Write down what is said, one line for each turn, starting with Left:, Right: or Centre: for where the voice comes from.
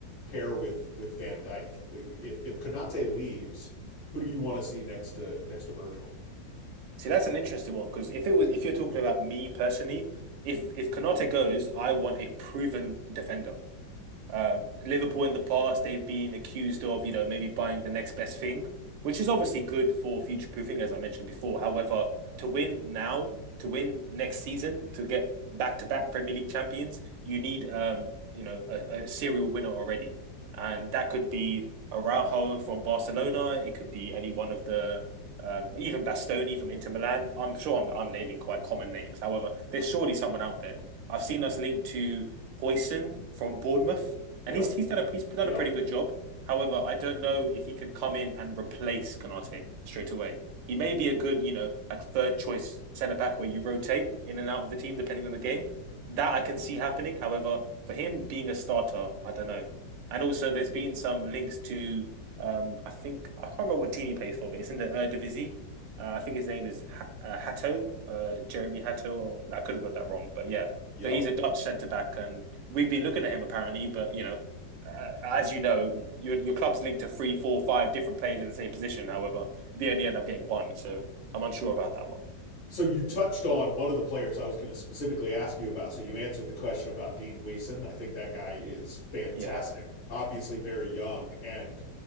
Left: pair with with Van Dyke? If if Konate leaves, who do you want to see next to next to Virgil?
Right: See, that's an interesting one because if it was, if you're talking about me personally, if if Konate goes, I want a proven defender. Um, Liverpool in the past, they've been accused of, you know, maybe buying the next best thing, which is obviously good for future proofing, as I mentioned before. However, to win now, to win next season, to get back to back Premier League champions, you need, um, you know, a, a serial winner already. And that could be Araujo from Barcelona. It could be any one of the, um, even Bastoni from Inter Milan. I'm sure I'm, I'm naming quite common names. However, there's surely someone out there. I've seen us linked to Hoyson from Bournemouth
Left: Yep.
Right: and he's he's done a he's done
Left: Yep.
Right: a pretty good job. However, I don't know if he can come in and replace Konate straight away. He may be a good, you know, like third choice centre back where you rotate in and out of the team depending on the game. That I can see happening. However, for him being a starter, I don't know. And also, there's been some links to, um, I think I can't remember what team he plays for, but it's in the Eredivisie. Uh, I think his name is H- uh, Hatto, uh, Jeremy Hatto. Or, I could have got that wrong, but yeah.
Left: Yep.
Right: So he's a Dutch centre back, and we've been looking at him apparently, but you know uh, as you know, your your club's linked to three, four, five different players in the same position. However, they only end up getting one, so I'm unsure about that one.
Left: So you touched on one of the players I was going to specifically ask you about. So you answered the question about Dean Hueson. I think that guy is fantastic.
Right: Yeah,
Left: Obviously very young and